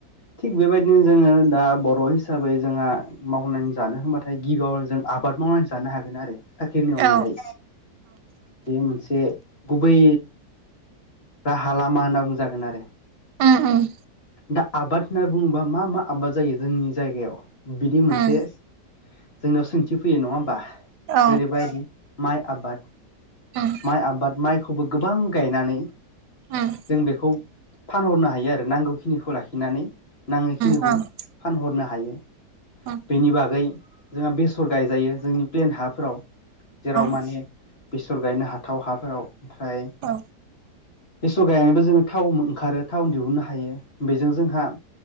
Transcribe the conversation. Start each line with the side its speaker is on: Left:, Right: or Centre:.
Left: थिक बेबायदि बिदिनो जोङो दा बर' हिसाबै जोंहा मावनानै जानो होनबाथाय गिबियावनो जों आबाद मावनानै जानो हागोन आरो साख्रिनि अनगायै
Right: औ
Left: बेयो मोनसे गुबै राहा लामा होनना बुंजागोन आरो
Right: उम- उम
Left: दा आबाद होनना बुङोबा मा मा आबाद जायो जोंनि जायगायाव बिदि मोनसे?
Right: उम
Left: जोंनाव सोंथि फैयो नङा होमबा?
Right: औ
Left: जेरैबायदि माइ आबाद
Right: उम
Left: माइ आबाद माइखौबो गोबां गायनानै
Right: उम उम
Left: जों बेखौ फानहरनो हायो हायो आरो नांगौखिनिखौ लाखिनानै नाङैखिनिखौ
Right: औ
Left: फानहरनो हायो।
Right: उम
Left: बेनि बागै जोंहा बेसर गायजायो जोंनि प्लेन हाफोराव जेराव
Right: औ
Left: माने बेसर गायनो हाथाव हाफोराव ओमफ्राय
Right: औ
Left: बेसर गायनानैबो जोङो थाव ओंखारो थाव दिहुननो हायो बेजों जोंहा